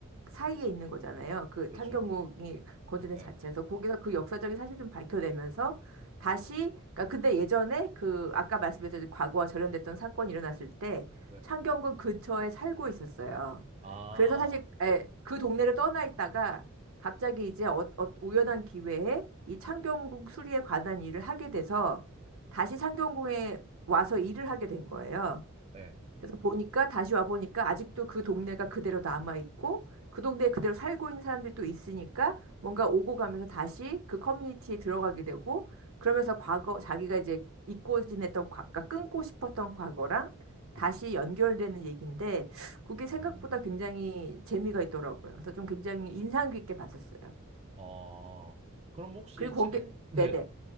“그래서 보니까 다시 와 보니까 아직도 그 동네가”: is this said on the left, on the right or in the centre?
Right